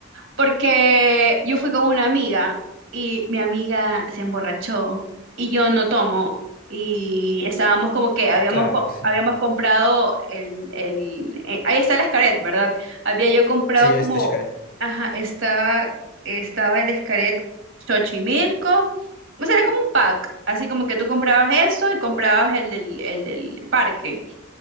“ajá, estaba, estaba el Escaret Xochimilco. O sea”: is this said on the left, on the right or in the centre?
Right